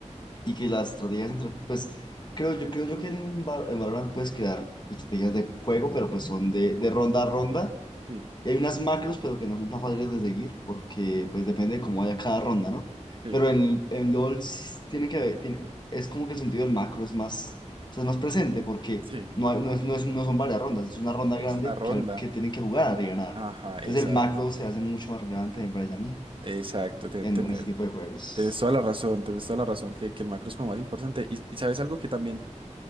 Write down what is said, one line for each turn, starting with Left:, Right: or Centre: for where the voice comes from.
Left: y que las estrategias entre, pues, creo yo, creo yo que en, Val- en Valorant puedes crear estrategias de juego, pero pues son de, de ronda a ronda
Right: sí.
Left: y hay unas macros, pero que no son tan fáciles de seguir porque pues depende de cómo vaya cada ronda, ¿no?
Right: Sí,
Left: Pero en, en LOL sí tiene que haber, tiene- es como que el sentido del macro es más, o sea, es más presente porque
Right: sí,
Left: no, hay- no, es, no, es- no son varias rondas, es una ronda
Right: es
Left: grande
Right: una ronda.
Left: que, al- que tienen que jugar y ganar.
Right: Ajá,
Left: Entonces
Right: exacto,
Left: el macro se hace mucho más relevante, me parece a mí,
Right: exacto, te-
Left: en,
Right: tener-
Left: en ese tipo de juegos.
Right: tienes toda la razón, tienes toda la razón que, que el macro es como más importante. Y, y sabes algo que también